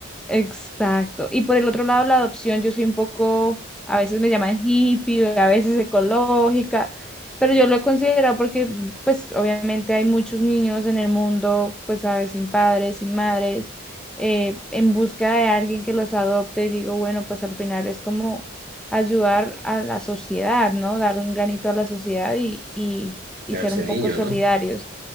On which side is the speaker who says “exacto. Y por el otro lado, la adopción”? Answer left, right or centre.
Centre